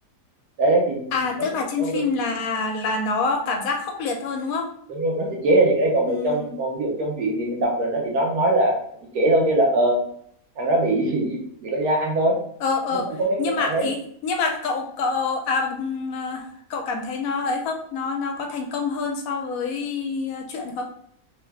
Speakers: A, on the right (about 80°); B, on the left (about 70°).
A: đấy, đấy thì
B: à
A: nó,
B: tức là trên
A: nó,
B: phim
A: nó
B: là là nó cảm giác khốc liệt hơn đúng không
A: đúng rồi nó sẽ chế ra những cái đấy. còn
B: ừ
A: ở trong còn ví dụ trong chuyện thì mình đọc là nó chỉ nó nói là chỉ kể thôi kêu là ờ thằng đó bị <laughs> bị con da ăn thôi
B: ờ ờ
A: nó không có cái
B: nhưng
A: cái
B: mà
A: cảnh đấy
B: ý nhưng mà cậu cậu à, ừm, à, cậu cảm thấy nó ấy không nó nó có thành công hơn so với ờ, chuyện không